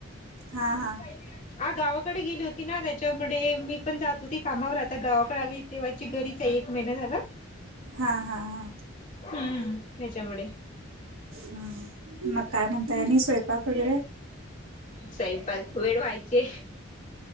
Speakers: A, on the right; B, on the left.
A: हा
B: मग
A: हा
B: पहिला आ गावाकडे गेली होती ना त्याच्यामुळे मी पण जात होती कामावर आता गावाकडे आली तेव्हाची घरीचा आहे एक महिना झाला
A: हा हा हा
B: हम्म त्याच्यामुळे
A: हा मग काय म्हणता आणि स्वयंपाक वगैरे
B: साईपाय वेळ व्हायचे